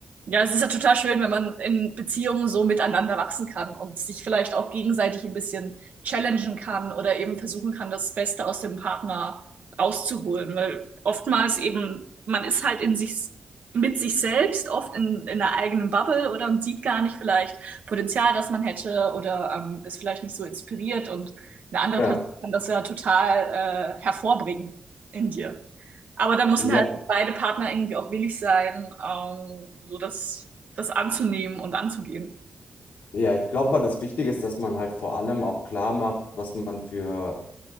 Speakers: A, on the right (about 65°); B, on the left (about 85°).
A: Ja, es ist ja total schön, wenn man in Beziehungen so miteinander wachsen kann und sich vielleicht auch gegenseitig ein bisschen challengen kann oder eben versuchen kann, das Beste aus dem Partner rauszuholen. Weil oftmals eben, man ist halt in sich, mit sich selbst, oft in, in einer eigenen Bubble oder und sieht gar nicht vielleicht Potenzial, das man hätte oder ähm, ist vielleicht nicht so inspiriert und eine andere
B: Ja.
A: Person kann das ja total äh, hervorbringen in dir. Aber da müssen
B: Ja,
A: halt beide Partner irgendwie auch willig sein, ähm, so das, das anzunehmen und anzugehen.
B: ja, ich glaube mal, das Wichtige ist, dass man halt vor allem auch klar macht, was man für